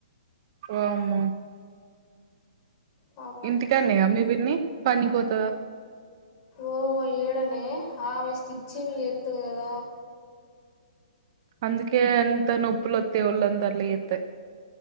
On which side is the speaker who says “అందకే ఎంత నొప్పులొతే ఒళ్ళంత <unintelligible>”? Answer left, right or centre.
Right